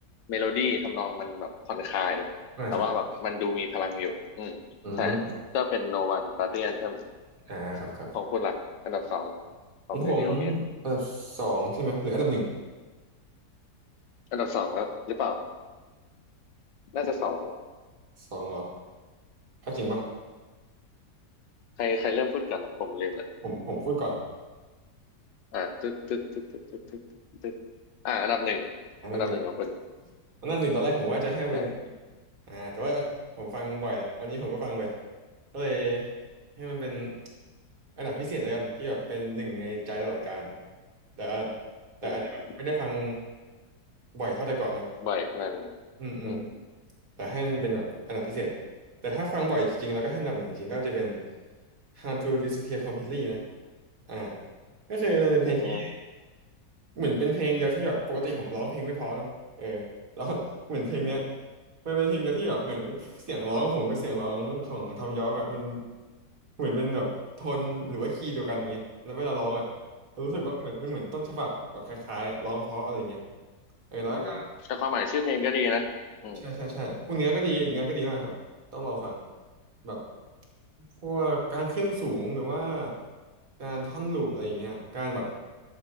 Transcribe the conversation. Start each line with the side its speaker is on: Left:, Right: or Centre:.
Left: เมโลดี้ทำนองมันแบบผ่อนคลาย
Right: อ่าครับ
Left: แต่ว่าแบบมันดูมีพลังอยู่อืมใช่
Right: อืม
Left: ก็เป็น No One Party Anthem
Right: อ่าครับครับ
Left: ของคุณล่ะอันดับสองของ
Right: ของผมอัน
Left: Radiohead
Right: ดับสองใช่ไหมหรืออันดับหนึ่ง
Left: อันดับสองแล้วหรือเปล่าน่าจะสอง
Right: สองเหรอถ้าจริงปะ
Left: ใครใครเริ่มพูดกันล่ะผมลืมละ
Right: ผมผมพูดก่อน
Left: อ่าตึ๊ดตึ๊ดตึ๊ดตึ๊ดตึ๊ดตึ๊ดตึ๊ดอ่าอันดับหนึ่ง
Right: อันดับหนึ่ง
Left: อันดับหนึ่งของคุณ
Right: อันดับหนึ่งตอนแรกผมว่าจะให้มันเป็นคลิป
Left: ใช่ก
Right: อ่าแต่ว่าผมฟังบ่อยละวันนี้ผมก็ฟังไปก็เลยให้มันเป็นอันดับพิเศษแล้วกันที่แบบเป็นหนึ่งในใจตลอดกาลแต่ว่าแต่อาจจะแบบไม่ได้ฟัง
Left: อืม
Right: บ่อยเท่าแต่ก่อนนะ
Left: บ่อยขนาดนั้น
Right: อืมอืม
Left: อืม
Right: แต่ให้มันเป็นแบบอันดับพิเศษแต่ถ้าฟังบ่อยจริงๆแล้วก็ให้อันดับหนึ่งจริงๆก็จะเป็น How to Disappear Completely นะอ่าก็คือมันเป็นเพลง
Left: อืม
Right: เหมือนเป็นเพลงเดียวที่แบบปกติผมร้องเพลงไม่เพอเนาะเออแล้ว <laughs> เหมือนเพลงเนี้ย
Left: อืม
Right: มันเป็นเพลงเดียวที่แบบเหมือนเสียงร้องผมกับเสียงร้องของทอมยอร์กอะมันเหมือนเป็นแบบโทนหรือว่าคีย์เดียวกันเงี้ยแล้วเวลาร้องอะเรารู้สึกว่าเหมือนมันเหมือนต้นฉบับแบบคล้ายๆอะร้องเพราะอะไรเงี้ย
Left: อืม
Right: เออแล้วก็
Left: อืมแต่ความหมายชื่อเพลงก็ดีนะอืม
Right: ใช่ใช่ใช่พวกเนื้อก็ดีเนื้อก็ดีมากครับต้องลองฟังแบบพวกการขึ้นสูงหรือว่าการท่อนลูปอะไรอย่างเงี้ยการแบบ